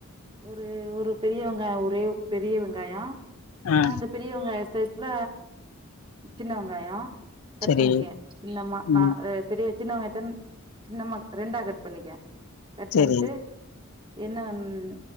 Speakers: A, on the right; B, on the left.
A: ஒரு ஒரு பெரிய வெங்காயோ ஒரே பெரிய வெங்காயோ
B: ஆ
A: அந்த பெரிய வெங்காயோ சைஸ்ல சின்ன வெங்காயோ கட்
B: செரி
A: பண்ணிக்கே இல்லமா நா
B: ம்
A: அ பெரிய சின்னவங்த்தன் சின்னம்மா ரெண்டா கட் பண்ணிக்கே கட்
B: செரி
A: பண்ணிட்டு எண்ணெ ம்